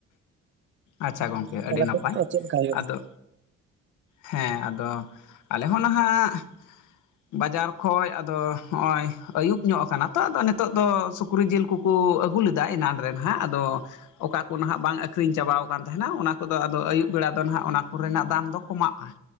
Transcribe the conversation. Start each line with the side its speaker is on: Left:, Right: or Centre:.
Left: ᱟᱪᱪᱷᱟ ᱜᱚᱢᱠᱮ
Right: ᱛᱟᱦᱚᱞᱮ
Left: ᱟᱹᱰᱤ
Right: ᱟᱯᱮ
Left: ᱱᱟᱯᱟᱭ
Right: ᱫᱚ ᱪᱮᱫ ᱞᱮᱠᱟ ᱦᱩᱭᱩᱜᱼᱟ
Left: ᱟᱫᱚ ᱦᱮᱸ ᱟᱫᱚ ᱟᱞᱮ ᱦᱚᱸ ᱱᱷᱟᱜ ᱵᱟᱡᱟᱨ ᱠᱷᱚᱡ ᱟᱫᱚ ᱦᱚᱸᱜ-ᱚᱭ ᱟᱹᱭᱩᱵ ᱧᱚᱜ ᱟᱠᱟᱱᱟ ᱛᱚ ᱟᱫᱚ ᱱᱤᱛᱚᱜ ᱫᱚ ᱥᱩᱠᱨᱤ ᱡᱤᱞ ᱠᱩ ᱠᱩ ᱟᱹᱜᱩ ᱞᱮᱫᱟ ᱮᱱᱟᱝ ᱨᱮ ᱦᱟᱸᱜ ᱟᱫᱚ ᱚᱱᱟ ᱦᱟᱸᱜ ᱵᱟᱝ ᱟᱹᱠᱷᱨᱤᱧ ᱪᱟᱵᱟᱣ ᱟᱠᱟᱱ ᱛᱟᱦᱮᱸᱱᱟ ᱚᱱᱟ ᱠᱚᱫᱚ ᱟᱫᱚ ᱟᱹᱭᱩᱵ ᱵᱮᱲᱟ ᱫᱚ ᱱᱷᱟᱜ ᱚᱱᱟ ᱠᱚᱨᱮᱱᱟᱜ ᱫᱟᱢ ᱫᱚ ᱠᱚᱢᱚᱜᱼᱟ